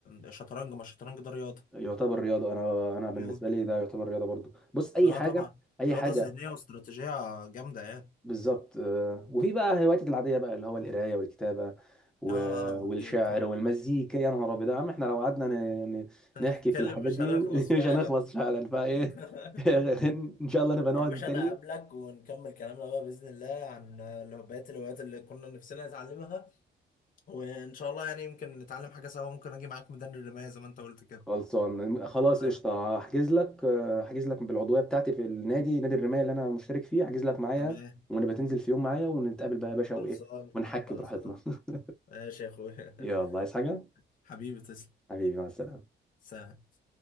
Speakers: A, on the left; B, in the centre.
A: الشطرنج ما الشطرنج ده رياضة
B: يعتبر رياضه انا انا بالنسبه
A: اه
B: لي ده يعتبر رياضه برضو بص اي
A: اه
B: حاجه
A: طبعا
B: اي
A: رياضة
B: حاجه
A: ذهنية واستراتيجية جامدة يعني
B: بالظبط آه، وفي بقى هواياتي العاديه بقى اللي هو القرايه والكتابه و...
A: اه آه،
B: والشعر
A: آه، اكيد طبعا
B: والمزيكا يا نهار ابيض يا عم احنا لو قعدنا ن... ن...
A: اتكلم
B: نحكي في الحاجات
A: مش
B: دي
A: هنخلص
B: <laughs>
A: فعلا
B: مش هنخلص فعلا فايه
A: <laughs>
B: <laughs> ان شاء الله نبقى نقعد
A: يا باشا
B: تاني
A: انا هقابلك ونكمل كلامنا بقى باذن الله عن ال- بقيه الهوايات اللي كنا نفسنا نتعلمها وان شاء الله يعني يمكن نتعلم حاجه سوا ممكن اجي معاك ميدان الرمايه زي ما انت قلت كده
B: خلصان خلاص
A: آه،
B: قشطه هحجز لك آه، هحجز لك بالعضويه بتاعتي في النادي نادي الرمايه اللي انا مشترك فيه هحجز لك معايا
A: تمام
B: ونبقى تنزل في يوم معايا ونتقابل بقى يا باشا وايه
A: خلصان
B: ونحكي
A: خلصان
B: براحتنا <laughs>
A: ماشي يا اخويا
B: يلا عايز حاجه
A: <laughs> حبيبي تسلم
B: حبيبي مع السلامه
A: سلام